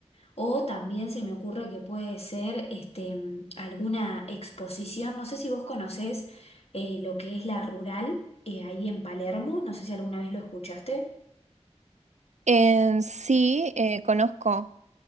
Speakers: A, on the left; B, on the right.
A: o también se me ocurre que puede ser este, mm, alguna exposición. No sé si vos conocés eh, lo que es la Rural eh, ahí en Palermo, no sé si alguna vez lo escuchaste.
B: En sí, eh, conozco,